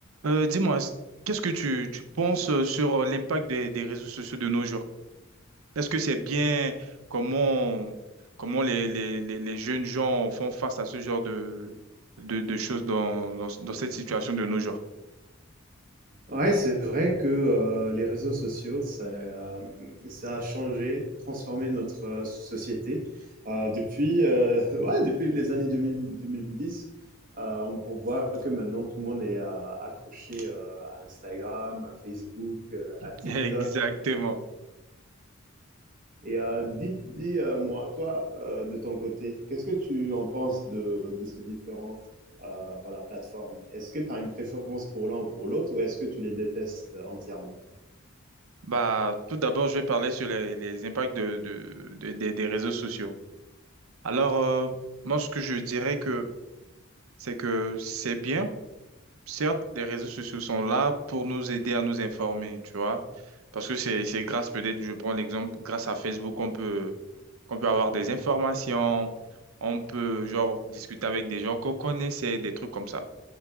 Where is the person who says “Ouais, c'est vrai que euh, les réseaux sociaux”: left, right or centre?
Right